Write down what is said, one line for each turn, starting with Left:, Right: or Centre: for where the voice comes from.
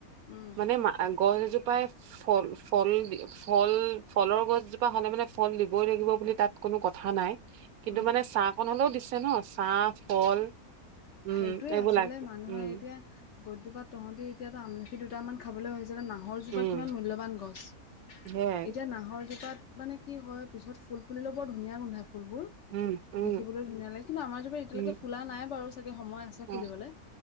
Left: উম
Right: মানে আহ গছজোপ পাই, ফল-ফল দিয়ে ফল-ফলৰ গছজোপা হ'লে মানে ফল দিবই লাগিব বুলি তাত কোনো কথা নাই। কিন্তু
Left: উম
Right: মানে ছাঁ অকন হ'লেও দিছে ন ছাঁ, ফল উম
Left: সেইটোৱেই
Right: এইবোৰ
Left: আচলে
Right: লাগে
Left: মানুহে
Right: উম
Left: এতিয়া গছজোপাত তহঁতি এতিয়াতো আমলখি দুটামান খাবলৈ হৈছ এতিয়া যে নাহৰজোপা
Right: উম
Left: কিমান মূল্যৱান গছ,
Right: সেয়াই
Left: এতিয়া নাহৰজোপাত মানে কি হয় পিছত ফুল ফুলিলেও বৰ ধুনীয়া গোন্ধাই ফুলবোৰ,
Right: উম উম
Left: দেখিবলৈ ধুনীয়া লাগে কিন্তু আমাৰ জোপা এতিয়ালৈকে
Right: উম
Left: ফুলা নাই বাৰু চাগে সময় আছে
Right: অ
Left: ফুলিবলে।